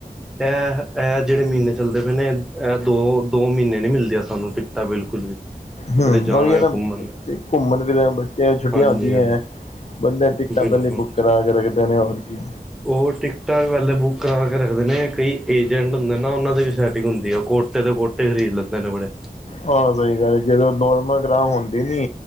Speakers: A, in the centre; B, on the left (about 45°).
A: ਇਹ ਇਹ ਜਿਹੜੇ ਮਹੀਨੇ ਚੱਲਦੇ ਪਏ ਨੇ ਇਹ ਦੋ ਦੋ ਮਹੀਨੇ ਨੀ ਮਿਲਦੇ ਤੁਾਨੂੰ ਟਿਕਤਾ ਬਿਲਕੁਲ ਵੀ ਕਿਧਰੇ
B: ਹਮ
A: ਜਾਣਾ
B: ਉਹੀ
A: ਹੋਏ
B: ਹੈ ਨਾ
A: ਘੁੰਮਣ
B: ਬੇ ਘੁੰਮਣ ਫਿਰਨ ਬੱਚਿਆਂ ਛੁੱਟੀਆਂ
A: ਹਾਂਜੀ
B: ਆਉਂਦੀਆਂ
A: ਹਾਂਜੀ
B: ਹੈ ਬੰਦੇ ਟਿਕਟਾਂ
A: ਬਿਲਕੁਲ
B: ਪਹਿਲਾਂ ਬੁੱਕ ਕਰਾ ਕੇ ਰੱਖਦੇ ਨੇ ਹੋਰ ਕੀ
A: ਉਹ ਟਿਕਟਾਂ ਵੀ ਪਹਿਲੇ ਬੁੱਕ ਕਰਾ ਕੇ ਰੱਖਦੇ ਨੇ ਕਈ ਏਜੰਟ ਹੁੰਦੇ ਨਾ ਉਹਨਾਂ ਦੀ ਵੀ ਸੈਟਿੰਗ ਹੁੰਦੀ ਹੈ ਉਹ ਕੋਟੇ ਦੇ ਕੋਟ ੇਰੀ ਲੈ ਬੜੇ
B: ਹਾਂ ਸਹੀ ਗੱਲ ਹੈ ਜਦੋਂ ਨੋਰਮਲ ਗ੍ਰਾਹ ਹੁੰਦੀ ਨੀ